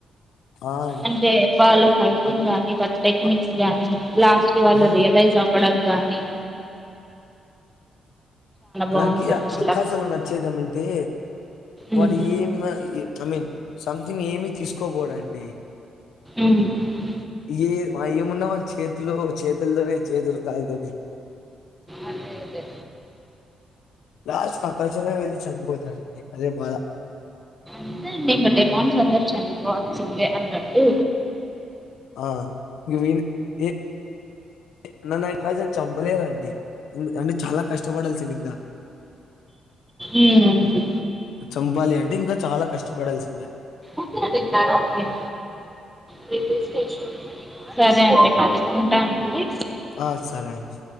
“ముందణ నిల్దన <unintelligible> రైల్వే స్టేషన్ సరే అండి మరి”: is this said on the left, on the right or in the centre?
Centre